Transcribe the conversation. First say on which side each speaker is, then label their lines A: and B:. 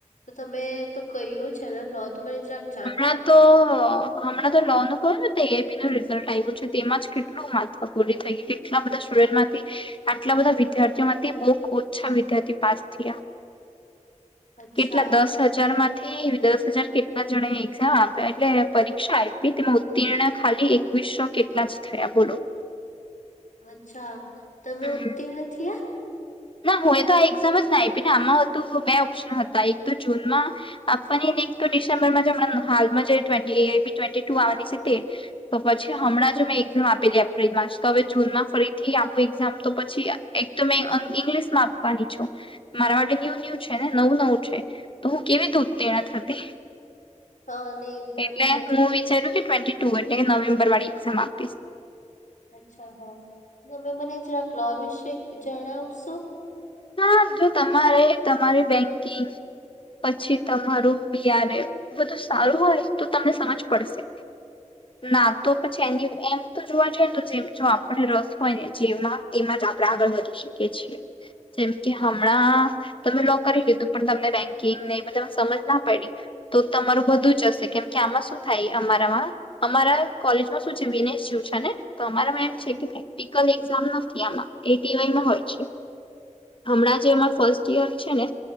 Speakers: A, on the left (about 85°); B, on the left (about 45°).
A: તો તમે તો કર્યું છે ને લો તો મને જગ
B: હા તો અ હમણાં તો લો નું કહું ને તો એઆઈબીનું રિઝલ્ટ આવ્યું છે તેમાં જ કેટલું મહત્વ પૂરી થઈ ગેલી. આટલા બધા સ્ટુડનમાંથી આટલા બધા વિદ્યાર્થીઓમાંથી બહુ ઓછા વિદ્યાર્થી પાસ થયા.
A: અચ્છા
B: કેટલા દસ હજારમાંથી દસ હજાર કે એટલા જ જણે એક્ઝામ આપ્યા એટલે પરીક્ષા આયપી તેમાં ઉત્તીર્ણ ખાલી એકવીસો કે એટલા જ થયા બોલો.
A: અચ્છા. તમે
B: હમ
A: ઉત્તીર્ણ થયા?
B: ના હું એ તો આ એક્ઝામ જ ના આયપી ને આમાં હોતું બે ઓપ્શન હતા એક તો જૂનમાં આપવાની ને એક તો ડિસેમ્બરમાં જ હમણાં હાલમાં જે twenty A I B twenty two આવવાની છે તે તો પછી હમણાં જ મેં એક્ઝામ આપીતી એપ્રિલમાં જ તો હવે જૂનમાં ફરીથી આપું એક્ઝામ તો પછી એક તો મેં અ ઇંગ્લિશમાં આપવાની છું. મારા માટે ન્યૂ ન્યુ છે ને નવું નવું છે. તો હું કેવી રીતે ઉત્તીર્ણ થતી.
A: હ નહી પણ
B: એટલે
A: છે
B: હું વિચારુ કે ટ્વેન્ટી ટુ એટલે કે નવેમ્બર વાળી એક્ઝામ આપ
A: અચ્છા હહ. તમે મને જરાક લો વિશે જણાવશો?
B: હા જો તમારે તમારી બેંકિંગ પછી તમ તમારું બીઆરએ બધું સારું હોય તો તમને સમજ પડશે. ના તો પછી એની એમ તો જોવા જઈએ તો જેમ જો આપણને રસ હોય ને જેમાં એમાં જ આપણેે આગળ વધી. શકે છે. જેમ કે હમણાં તમે લો કરી લીધું પણ તમને બેન્કિંગ ને એ બધામાં સમજ ના પડી. તો તમારું બધું જશે કેમ કે આમાં શું થાય અમારામાં અમારા કોલેજમાં શું છે વિનેશ જુ છે ને તો અમારામાં એમ છે કે ક્ટિકલ એક્ઝામ નથી આમાં એ ટીવાયમાં હોય છે. હમણાં જે એમાં ફર્સ્ટ યર છે ને